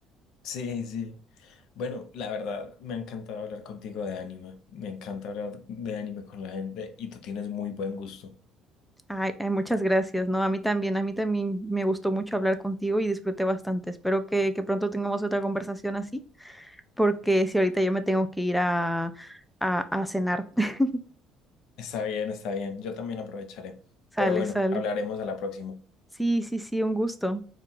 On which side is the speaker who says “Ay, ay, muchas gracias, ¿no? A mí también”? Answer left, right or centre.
Centre